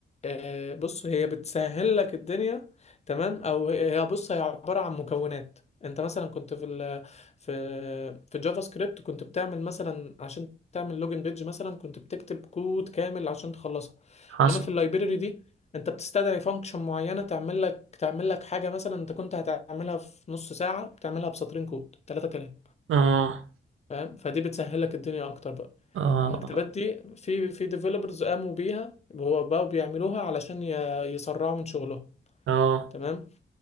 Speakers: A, on the left; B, on the right.
A: آه، بص هي بتسهل لك الدنيا تمام او هي بص هي عبارة عن مكونات انت مثلا كنت في ال في في جافا سكريبت كنت بتعمل مثلا عشان تعمل لوجن بيج مثلا كنت بتكتب كود كامل عشان تخلصها
B: حصل
A: انما في اللايبرري دي انت بتستدعي فانكشن معينة تعمل لك تعمل لك حاجة مثلا انت كنت هتعملها في نص ساعة بتعملها بسطرين كود ثلاثة كلام
B: اه
A: فاهم فدي بتسهلك الدنيا اكتر بقى
B: اه
A: المكتبات دي في في ديفلوبرز قاموا بيها هو بقوا بيعملوها علشان ي- يسرعوا من شغلهم
B: اه
A: تمام